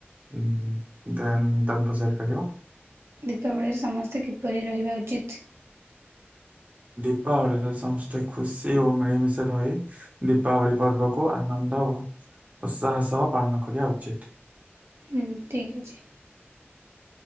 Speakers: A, on the right; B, on the right.
A: ଉଁ ଦେନ୍ ତମ୍ ପଚାରି ପାରିବ।
B: ଦୀପାବଳିରେ ସମସ୍ତେ କିପରି ରହିବା ଉଚିତ୍।
A: ଦୀପାବଳିରେ ସମସ୍ତେ ଖୁସି ଓ ମିଳିମିଶି ରହି ଦୀପାବଳି ପର୍ବକୁ ଆନନ୍ଦ ଓ ଉତ୍ସାହ ସହ ପାଳନ କରିବା ଉଚିତ।
B: ହୁଁ ଠିକ୍ ଅଛି।